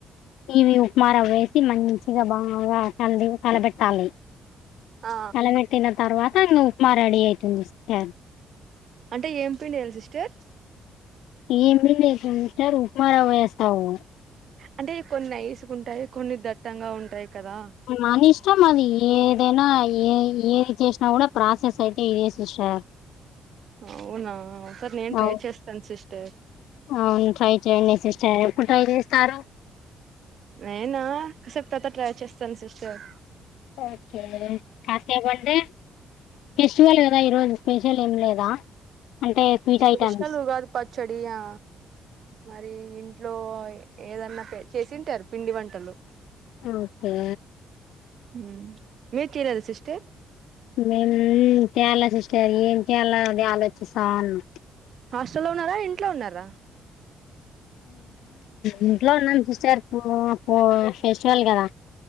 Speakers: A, on the left; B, on the right.
A: ఇవి ఉప్మా రవ్వ వేసి మంచిగా బాగా కలిపి కలబెట్టాలి.
B: ఆ
A: కలబేట్టినా తర్వా ఆహ్ ఉప్మా రెడీ అవుతుంది. స్థన్
B: అంటే ఏం పిండేయాలి సిస్టర్.
A: ఏమి పిండి వేస్తారు సిస్టర్. ఉప్మా రవ్వ వేస్తావు.
B: అంటే కొన్ని నైసుకుంటాయి కొన్ని దట్టంగా ఉంటాయి. కదా
A: మని ఇష్టం అది ఏదేనా ఏ ఏది చేసినా కూడా ప్రాసెస్ అయితే ఇదే సిస్టార్.
B: అవునా సరే నేను ట్రై
A: అవు
B: చేస్తాను సిస్టర్.
A: అవును ట్రై చేయండి సిస్టర్ ట్రై చేస్తారు.
B: నేనా కాసేపు తర్వాత ట్రై చేస్తాను సిస్టర్.
A: ఓకే కాసేపు అంటే. ఫెస్టివల్ కదా ఈ రోజు స్పెషల్ ఏం లేదా. అంటే స్వీట్
B: స్పెషల్
A: ఐటమ్స్
B: ఉగాది పచ్చడియా మరి ఇంట్లో ఏదన్నా చేసింటారు పిండి వంటలు.
A: ఓకే
B: ఉమ్ ఏ చీరలు సిస్టర్.
A: మేము తేలే సిస్టర్ ఏం చేయాలో అదే ఆలోచిస్తాన్నా.
B: హాస్టల్లో ఉన్నారా ఇంట్లో ఉన్నారా.
A: ఇంట్లో ఉన్నాను సిస్టర్. సరిపో పో. ఫెస్టివల్ కదా.